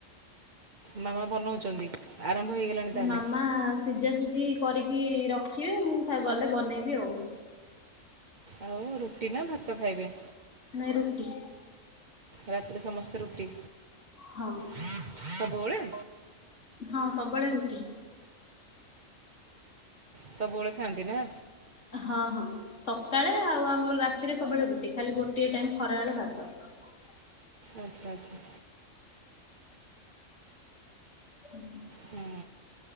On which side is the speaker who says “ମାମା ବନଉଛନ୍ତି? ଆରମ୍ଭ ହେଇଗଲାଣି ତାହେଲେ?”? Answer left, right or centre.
Right